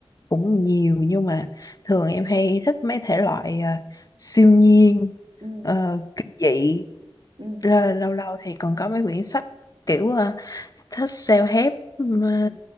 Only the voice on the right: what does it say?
ừ
ừ
ừ.